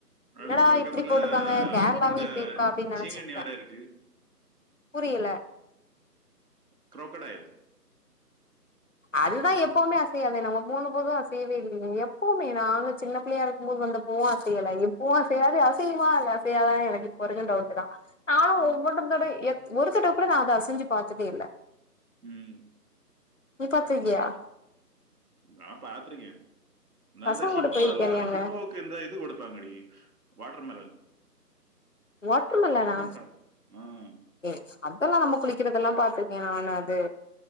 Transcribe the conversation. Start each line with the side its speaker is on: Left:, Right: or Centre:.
Left: எங்கடா
Right: அதுக்கு பக்கத்துல
Left: இப்டி போட்டுருக்காங்க கேரளாவே
Right: இந்த
Left: இப்டி இருக்கா அப்டின்னு நெனைச்சுக்கிட்டே
Right: சீங்கண்ணி வேற இருக்கு.
Left: புரியல
Right: க்ரோக்கடைலு
Left: அதுதா எப்பவுமே அசையாதே நம்ம மூணு போது அசையவே இல்லீங்க எப்பவுமே நாங்க சின்ன பிள்ளையா இருக்கு உளுக்கு வந்த பூவு அசயல இப்பவு அசையாது செய்யுமா இல்ல செய்யாதனு எனக்கு இப்பரைக் டவுட் தா நானு ஒவொன்றத்தோட
Right: ம்.
Left: ய ஒருத்த அப்ப நா அத அசஞ்சு பார்த்ததேயில்ல
Right: ம்
Left: நீ பாத்துருகியா
Right: நா பாத்திருக்கே நான்ந்தா
Left: பசங்க
Right: ஷிப்போல்லா
Left: கூட போயிருக்கியா நீ அங்க
Right: ஷிப்போ க்கு இந்த இது கொடுப்பாங்கடி வாட்டர்மெலன்
Left: வாட்டர் மெலனா
Right: அதெல்லா சாப் ம்
Left: ஏ அதெல்லா நம்ம குளிக்கிறதெல்லா பாத்திருக்கே நானு அது